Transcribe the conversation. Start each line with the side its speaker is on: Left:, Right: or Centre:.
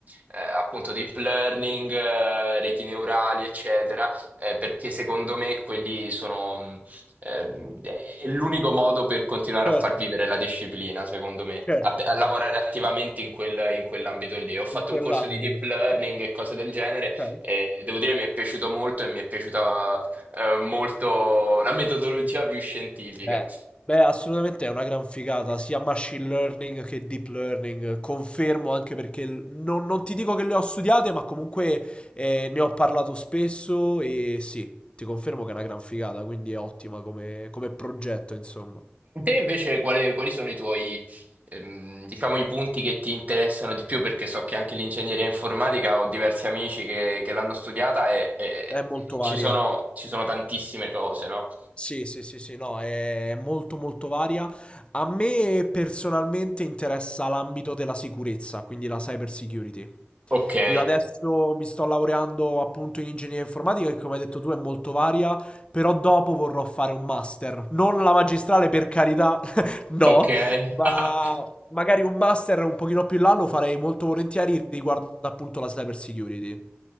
Right: eh, appunto deep learning, eh, reti neurali, eccetera, eh, perché secondo me quelli sono mh, Ehm, è è l'unico modo per continuare
Left: certo.
Right: a far vivere la disciplina, secondo me,
Left: Certo,
Right: a, a
Left: certo,
Right: lavorare
Left: certo.
Right: attivamente in quel- in quell'ambito lì. Ho fatto
Left: In quell'ambito,
Right: un corso di deep learning e cose del genere
Left: okay.
Right: e devo dire mi è piaciuto molto e mi è piaciuta eh, molto la metodologia più scientifica.
Left: Eh. Beh, assolutamente è una gran figata, sia machine learning che deep learning, confermo anche perché l- non, non ti dico che le ho studiate, ma comunque eh, ne ho parlato spesso e sì, ti confermo che è una gran figata, quindi è ottima come, come progetto, insomma.
Right: Te invece quale- quali sono i tuoi, ehm, diciamo, i punti che ti interessano di più? Perché so che anche l'ingegneria informatica ho diversi amici che, che l'hanno studiata e, e-
Left: È molto
Right: e
Left: varia.
Right: ci sono, ci sono tantissime cose, no?
Left: Sì, sì, sì, sì, no, è molto molto varia. A me personalmente interessa l'ambito della sicurezza, quindi la cyber security.
Right: Okay,
Left: Io adesso mi sto laureando appunto in ingegneria informatica, che come hai detto tu è molto varia, però dopo vorrò fare un master. Non la magistrale per carità, <laughs> no,
Right: okay,
Left: ma
Right: <laughs> ah,
Left: magari un master un pochino più in là lo farei molto volentieri riguardo appunto la cyber security.